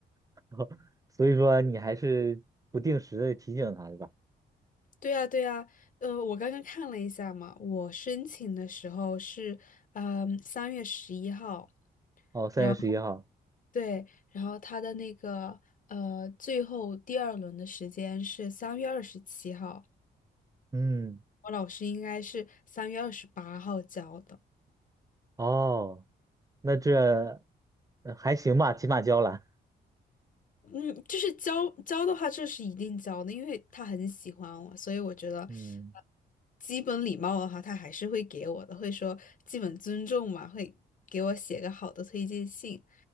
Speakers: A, on the right; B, on the left.
A: <laughs> 所以说你还是不定时的提醒他，对吧？
B: 对呀，对呀，呃，我刚刚看了一下嘛，我申请的时候是，嗯、三月十一号。
A: 哦，三月十一号，
B: 然后。对，然后他的那个呃，最后第二轮的时间是三月二十七号，
A: 嗯，
B: 我老师应该是三月二十八号交的。
A: 哦，那这呃还行吧，起码交了，
B: 嗯，就是交交的话，这是一定交的，因为他很喜欢我，所以我觉得
A: <laughs> 嗯
B: 呃基本礼貌的话，他还是会给我的，会说基本尊重嘛，会给我写个好的推荐信。